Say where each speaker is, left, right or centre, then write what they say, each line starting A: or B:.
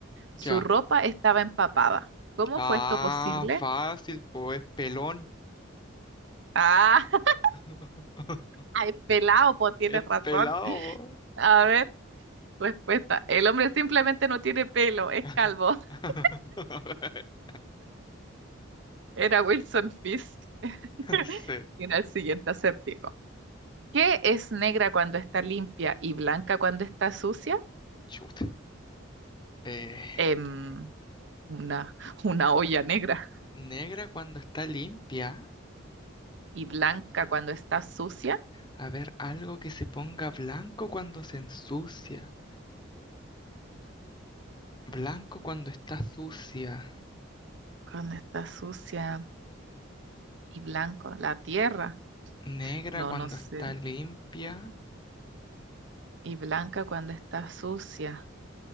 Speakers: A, on the right; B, on the left.
A: Su
B: ya.
A: ropa estaba empapada. ¿Cómo
B: Ah,
A: fue esto posible?
B: fácil, po. Es pelón.
A: Ah, <laughs>
B: <laughs>
A: ay, pelado, pues tienes
B: Es
A: razón.
B: pelado,
A: A ver, respuesta. El hombre simplemente no tiene pelo, es
B: po. <laughs>
A: calvo. <laughs> Era Wilson Fisk. <laughs>
B: Sí.
A: Mira el siguiente acertijo. ¿Qué es negra cuando está limpia y blanca cuando está sucia?
B: Chuta. Eh,
A: Em, una, una olla negra.
B: negra cuando está limpia.
A: ¿Y blanca cuando está sucia?
B: A ver, algo que se ponga blanco cuando se ensucia. Blanco cuando está sucia.
A: cuando está sucia y blanco, la tierra,
B: Negra
A: no,
B: cuando
A: no sé,
B: está limpia.
A: y blanca cuando está sucia,